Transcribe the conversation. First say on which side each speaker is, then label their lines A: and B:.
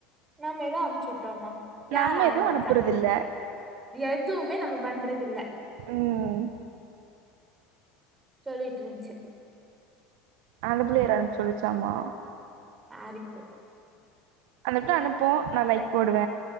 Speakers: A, on the right; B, on the right.
A: நம்ம எதா அனுப்ச்சுட்டோம்மா யார்
B: நம்ம
A: ஆரம்பிச்சா
B: எதுவு அனுப்புறது இல்ல
A: எதுமே நம்ம பண்றதில்ல
B: ம்
A: சொல்லிட்ருந்ச்சு
B: அந்த புள்ள இரான் சொல்ச்சாமா
A: ஆரிப்பு
B: அந்தட்ட அனுப்பு நா லைக் போடுவ